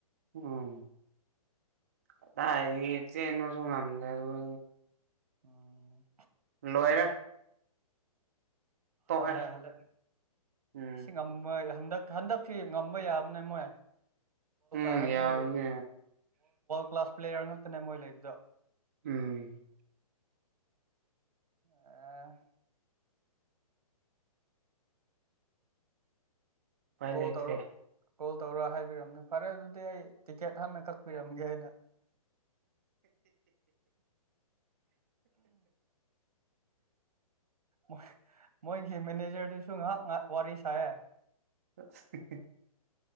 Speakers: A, on the right (about 25°); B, on the right (about 85°).
A: ꯎꯝꯗꯥꯏꯗꯤ ꯆꯦꯟꯕꯁꯨ ꯉꯝꯗꯦ ꯑꯗꯨꯒ
B: ꯎꯝ
A: ꯂꯣꯏꯔꯦ ꯇꯣꯛꯑꯦ
B: ꯍꯜꯂꯑ ꯍꯜꯂꯛ
A: ꯎꯝ
B: ꯁꯤꯝꯃ ꯍꯟꯗꯛ ꯍꯟꯗꯛꯁꯤ ꯉꯝꯕ ꯌꯥꯕꯅꯦ ꯃꯣꯏ
A: ꯎꯝ
B: ꯍꯥꯏꯕꯗꯤ
A: ꯌꯥꯕꯅꯦ
B: ꯀ꯭ꯂꯥꯁ ꯄ꯭ꯂꯦꯌꯔ ꯉꯥꯛꯛꯇꯅꯦ ꯃꯣꯏ ꯂꯩꯕꯗꯣ
A: ꯎꯝ
B: ꯑ
A: ꯎꯄꯥꯏ
B: ꯀꯣꯜ
A: ꯂꯩꯇ꯭ꯔꯦ
B: ꯇꯧꯔꯣ ꯀꯣꯜ ꯇꯧꯔ ꯍꯥꯏꯕꯤꯔꯝꯅꯦ ꯐꯔꯦ ꯑꯗꯨꯗꯤ ꯑꯩ ꯇꯤꯛꯀꯦꯠ ꯍꯥꯟꯅ ꯀꯛꯄꯤꯔꯝꯒꯦ ꯑꯅ ꯎꯝ ꯃꯣꯏꯒꯤ ꯃꯦꯅꯦꯖꯔꯗꯨꯁꯨ ꯉꯥꯏꯍꯥꯛ ꯉꯥꯏꯍꯥꯛ ꯋꯥꯔꯤ ꯁꯥꯏꯦ
A: ꯁꯤ